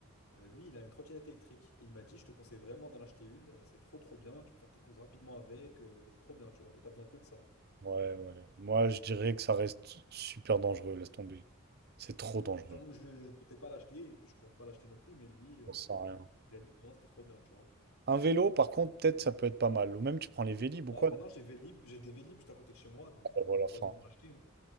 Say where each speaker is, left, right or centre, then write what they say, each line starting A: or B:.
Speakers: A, on the left; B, on the right.
A: Euh, lui il a une trottinette électrique et il m'a dit je te conseille vraiment d'en acheter une euh, c'est trop trop bien tu peux faire tes courses rapidement avec euh, et c'est trop bien tu vois et t'as besoin que de ça
B: Ouais, ouais, ouais. Moi, je dirais que ça reste super dangereux, laisse tomber. C'est trop dangereux.
A: Enfin, moi, je, je comptais pas l'acheter et puis je compte pas l'acheter non plus, mais lui, euh,
B: On sent rien.
A: il a dit que non, c'était trop bien, tu vois.
B: Un vélo, par contre, peut-être ça peut être pas mal. Ou même tu prends les Vélib
A: Ouais,
B: ou quoi.
A: maintenant j'ai Vélib, j'ai des Vélib juste à côté de chez moi, donc
B: Ah,
A: euh,
B: Voilà, enfin,
A: pas besoin de l'acheter. hein.